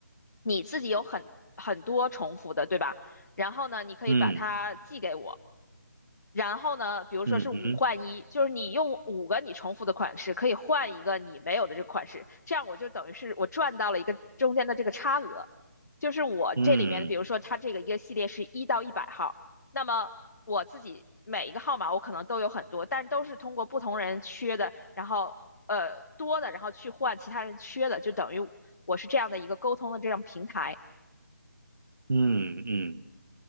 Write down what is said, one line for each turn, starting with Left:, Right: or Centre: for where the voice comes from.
Left: 你自己有很很多重复的，对吧？然后呢，你可以把它寄给我。
Right: 嗯
Left: 然后呢，比如说是五换一，
Right: 嗯嗯嗯
Left: 就是你用五个你重复的款式，可以换一个你没有的这个款式，这样我就等于是我赚到了一个中间的这个差额，就是我这里面的，
Right: 嗯
Left: 比如说它这个一个系列是一到一百号，那么我自己每一个号码我可能都有很多，但都是通过不同人缺的，然后呃多的，然后去换其他人缺的，就等于我是这样的一个沟通的这样平台。
Right: 嗯嗯嗯。